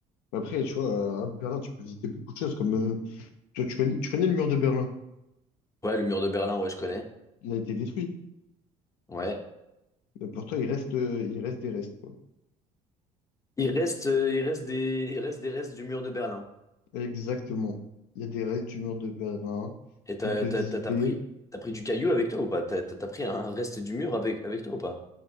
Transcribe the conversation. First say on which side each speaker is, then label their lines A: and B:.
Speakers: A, on the left; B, on the left.
A: Après, tu vois, à Berlin, tu peux visiter beaucoup de choses, comme euh, tu vois, tu connais, tu connais le mur de Berlin.
B: Ouais, le mur de Berlin, ouais, je connais.
A: Il a été détruit.
B: Ouais.
A: Mais pourtant, il reste, euh, il reste des restes, quoi.
B: Il reste, euh, il reste des, il reste des restes du mur de Berlin.
A: Exactement. Il y a des restes du mur de Berlin
B: Et t'as,
A: qu'on peut
B: t'as,
A: visiter.
B: t'as, t'as pris, t'as pris du caillou avec toi ou pas? T'as, t'as t'as pris un reste du mur avec, avec toi ou pas?